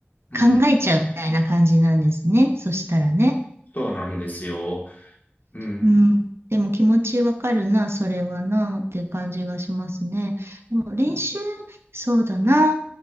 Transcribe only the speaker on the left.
う、うん、
そうなんですよ。うん、
うん